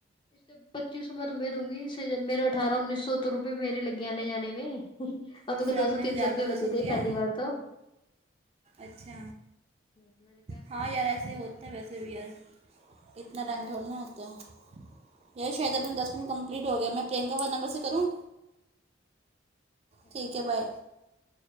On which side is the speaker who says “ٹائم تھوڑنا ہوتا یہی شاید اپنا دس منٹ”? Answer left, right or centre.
Right